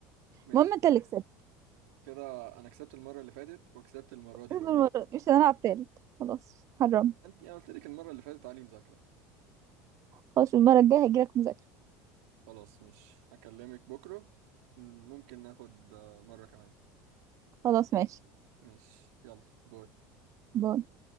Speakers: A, on the right (about 75°); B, on the right (about 45°).
A: ماشي
B: المهم انت اللي كسبت
A: كده انا كسبت المره اللي فاتت وكسبت المره دي
B: المرة
A: برضه
B: دي مش هنلعب تالت خلاص حرام
A: انت انا قلت لك المره اللي فاتت علي مذاكره
B: خلاص المرة الجاية هجيلك مذاكرة
A: خلاص مش هكلمك بكرة مم، ممكن ناخد آه، مرة كمان
B: خلاص ماشي
A: مش يلا باي
B: باي